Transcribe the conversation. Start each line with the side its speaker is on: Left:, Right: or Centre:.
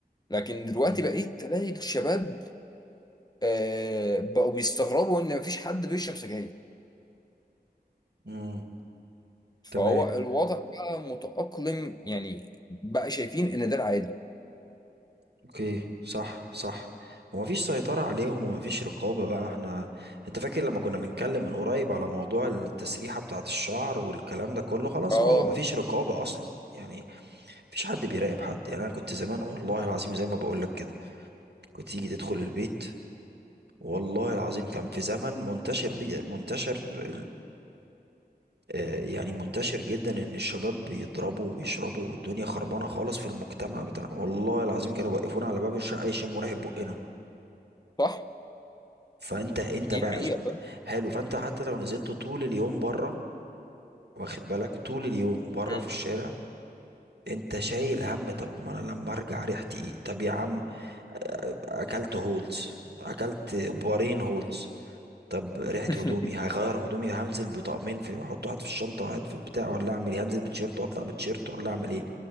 Left: لكن دلوقتي
Right: امم
Left: بقيت تلاقي الشباب آه، بقوا بيستغربوا ان مفيش حد بيشرب سجاير
Right: امم
Left: فهو
Right: تمام
Left: الوضع بقى متأقلم يعني بقى شايفين ان ده العادي
Right: اوكي صح صح ومفيش سيطرة عليهم ومفيش رقابة بقى احنا انت فاكر لما كنا بنتكلم من قريب على موضوع التسريحة بتاعة الشعر والكلام ده كله خلاص
Left: اه
Right: بقى هو مفيش رقابة اصلا يعني مفيش حد بيراقب حد يعني انا كنت زمان والله العظيم زي ما بقول لك كده كنت تيجي تدخل البيت والله العظيم كان في زمن منتشر بي منتشر آه، يعني منتشر جدا ان الشباب بيضربوا وبيشربوا والدنيا خربانه خالص في المجتمع بتاعنا والله العظيم كانوا بيوقفونا على باب الشقه يشموا ريحه بقنا
Left: صح
Right: فانت انت
Left: دي
Right: بقى
Left: حقيقة
Right: إيش-
Left: فاهم
Right: حلو فانت حتى لو نزلت طول اليوم بره واخد بالك طول اليوم بره
Left: مم.
Right: في الشارع انت شايل هم طب ما انا لما ارجع ريحتي ايه طب يا عم آه، اكلت هولز اكلت بارين هولز طب ريحه
Left: <laughs>
Right: هدومي هغير هدومي هنزل بطقمين في احط واحد في الشنطه واحد في البتاع ولا اعمل ايه هنزل بتيشيرت واطلع بتيشيرت ولا اعمل ايه